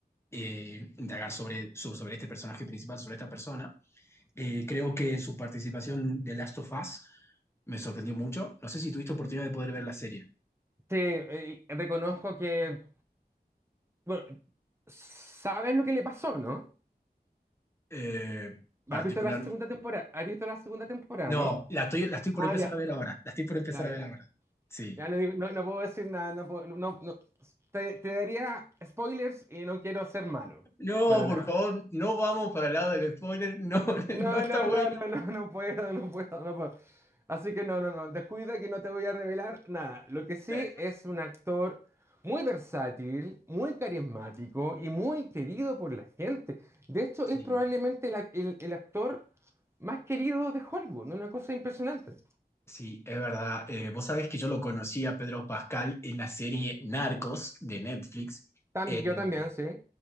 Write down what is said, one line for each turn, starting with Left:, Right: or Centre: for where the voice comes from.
Left: eh, indagar sobre, su- sobre este personaje principal, sobre esta persona. Eh, creo que su participación de Last of Us me sorprendió mucho. No sé si tuviste oportunidad de poder ver la serie.
Right: Sí, eh, reconozco que, bueno, sabes lo que le pasó, ¿no?
Left: Eh, particular.
Right: ¿Has visto la segunda temporada? ¿Has visto la segunda temporada,
Left: No,
Right: no?
Left: la estoy, la estoy por
Right: Ah,
Left: empezar
Right: ya,
Left: a ver ahora. La estoy por empezar
Right: ya, ya.
Left: a ver ahora. Sí.
Right: Ya no, digo- no, no puedo decir nada, no puedo- no, no- te, te daría spoilers y no quiero ser malo,
Left: No,
Right: para nada.
Left: por favor, no vamos para el lado del spoiler, no, <laughs>
Right: No,
Left: no está
Right: no,
Left: bueno.
Right: no, no, no, no puedo, no puedo, no puedo. Así que no, no, no, descuida que no te voy a revelar nada. Lo que sí
Left: Eh,
Right: es un actor muy versátil, muy carismático y muy querido por la gente. De hecho,
Left: Sí,
Right: es probablemente la- el, el actor más querido de Hollywood, ¿no? una cosa impresionante.
Left: sí, es verdad. Eh, vos sabés que yo lo conocí a Pedro Pascal en la serie Narcos de Netflix.
Right: También,
Left: eh,
Right: yo también, sí,